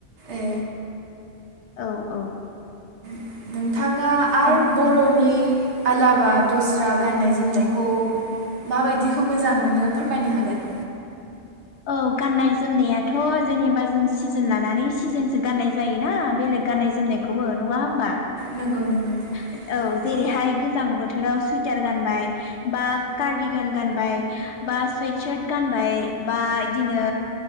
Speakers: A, on the right (about 80°); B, on the left (about 80°).
A: ए
B: औ औ
A: <inaudible> बिथाङा आरो
B: ओम
A: बरनि आलाबा दस्रा गाननाय जोमनायखौ माबायदिखौ मोजां मोनो फोरमायनो हागोन
B: औ गाननाय जोमनायाथ जेनेबा जों सिजोन लानानै सिजोनसो गाननाय जायोना बेलेग गाननाय जोमनायखौबो नङा होमबा
A: नंगौ नंगौ
B: औ जेरैहाय
A: ओं
B: गोजां बोथोराव सुइटार गानबाय बा कार्दि गान गानबाय बा सुवइतसार्त गानबाय बा इदिनो